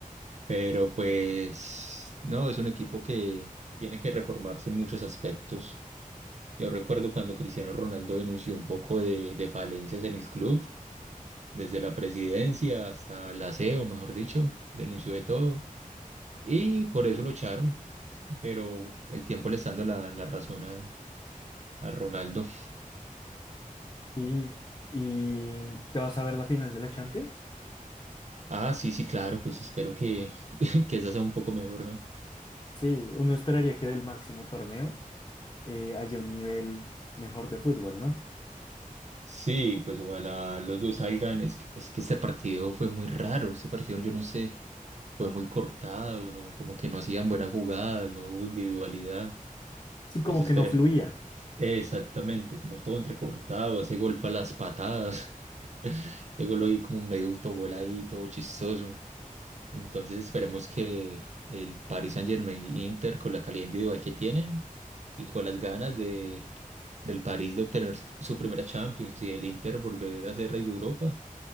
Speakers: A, on the right; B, on the left.
A: pero pues no, es un equipo que tiene que reformarse en muchos aspectos. Yo recuerdo cuando Cristiano Ronaldo denunció un poco de, de falencias en el club, desde la presidencia hasta el aseo, mejor dicho, denunció de todo y por eso lo echaron, pero el tiempo le está dando la, la razón a, a Ronaldo.
B: Sí, ¿y te vas a ver la final de la Champions?
A: Ah, sí, sí, claro, pues espero que, <laughs> que esa sea un poco mejor, ¿no?
B: Sí, uno esperaría que del máximo torneo eh, haya un nivel mejor de fútbol, ¿no?
A: Sí, pues ojalá los dos salgan. Es que, es que este partido fue muy raro, este partido yo no sé, fue muy cortado, ¿no? Como que no hacían buenas jugadas, no hubo individualidad.
B: Sí, como
A: Pues esperemos,
B: que no fluía.
A: exactamente, como todo entrecortado, ese gol fue a las patadas, <laughs> ese gol ahí como medio autogol ahí, todo chistoso. Entonces esperemos que el Paris Saint-Germain y Inter con la calidad individual que tienen y con las ganas de, del París de obtener su primera Champions y del Inter volver a ser rey de Europa,